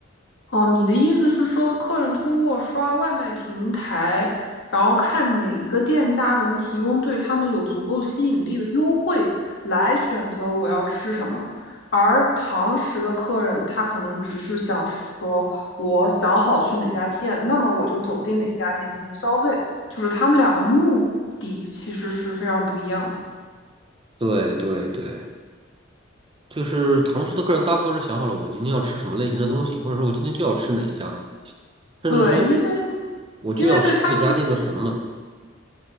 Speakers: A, on the left; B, on the right.
A: 哦，你的意思是说，客人通过刷外卖平台，然后看哪一个店家能提供对他们有足够吸引力的优惠，来选择我要吃什么。而堂食的客人，他可能只是想说，我想好去哪家店，那么我就走进哪家店进行消费，就是他们俩的目的其实是非常不一样的。
B: 对对对，就是堂食的客人大部分是想好了我今天要吃什么类型的东西，或者说我今天就要吃哪一家的东西，甚至说
A: 对，因为
B: 我就要吃这家店的什么。
A: 因为对他们